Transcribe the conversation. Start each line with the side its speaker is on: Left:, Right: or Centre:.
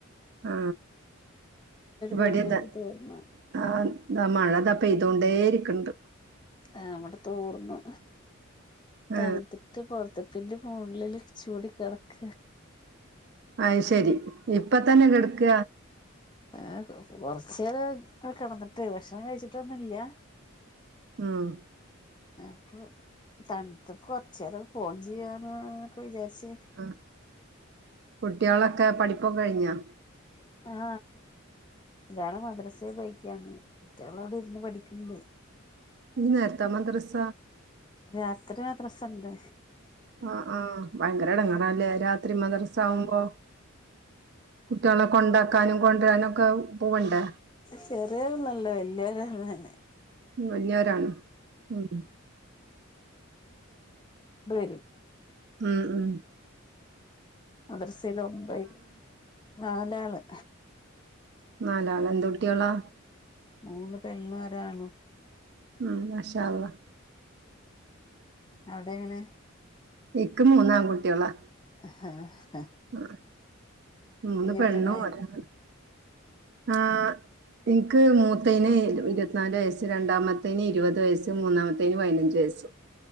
Right: ആ ഇപടെന്താ
Left: മഴ പെയ്ത് തോർന്നു
Right: ആഹ മഴത പെയ്തുകൊണ്ടേ ഇരിക്ക്ണ്ട്
Left: ആ അവിടെ തൊർന്നു
Right: ആ
Left: തണ്ത്ത്ട്ട് പുറത്തി പിന്റെ മുകളില് ചൂടി കിടക്ക
Right: അ ശെരി ഇപ്പ തന്നെ കെട്ക്ക
Left: ഏ കൊറച്ച കിടന്നിട്ടേ ഭക്ഷണം കഴിച്ചിട്ടൊന്നും ഇല്ല
Right: ഉം
Left: അപ്പൊ തണത്തപ്പ കൊറച്ചരം ഫോൺ ചെയ്യാനൊക്കെ വിചാരിച്ച <inaudible>
Right: ആ കുട്ടികളൊക്കെ പഠിപ്പൊക്കെ കഴിഞ്ഞൊ
Left: ആ ഒരാള് മദ്രസയെ പോയേക്കാണ് മറ്റയാള അവിടെ ഇരുന്ന് പഠിക്ക്ണ്ട്
Right: ഇ നേരത്താ മദ്രസ
Left: രാത്രി മാദ്രസണ്ട്
Right: ആ ആഹ് ഭയങ്കര ഇടങ്ങേറാല്ലെ രാത്രി മദർസ ആവുമ്പോ കുട്ടികളെ കൊണ്ടാക്കാനും കൊണ്ടുരാനും ഒക്കെ പോവണ്ടേ
Left: ചെറിയൊന്നല്ലോ വലിയവരല്ലേന്നെ
Right: വലിയവരാണ് ഉം
Left: <unintelligible>
Right: ഉം ഉ
Left: മദർസയില് ഒമ്പൈയില് നാലാള്
Right: നാലാള എന്ത കുട്ടിയളാ
Left: മൂന്ന് പെണ്ണ് ഒരാണ്
Right: ഉം മാഷാ അല്ലാഹ്
Left: അവിടെങ്ങനെ
Right: എക്ക് മൂന്നാംകുട്ടിയളാ
Left: ആഹ
Right: ആ മൂന്ന് പെണ്ണും
Left: കുട്ടികളായെ
Right: ഒരാൺ ആഹ എനിക്ക് മൂത്തേന് ഇരുപത്തിനാല് വയസ്സ് രണ്ടാമത്തേന് ഇരുപത് വയസ്സ് മൂന്നാമത്തേന് പതിനഞ്ച് വയസ്സ് <inaudible>